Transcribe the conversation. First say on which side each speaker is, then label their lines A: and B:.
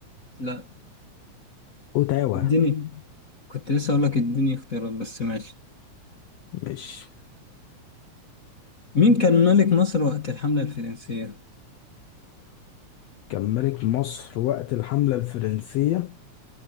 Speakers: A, on the left; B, on the left.
A: لا
B: اوتاوا
A: اديني كنت لسه أقول لك اديني اختيارات بس ماشي
B: ماشي
A: مين كان ملك مصر وقت الحملة الفرنسية؟
B: كان ملك مصر وقت الحملة الفرنسية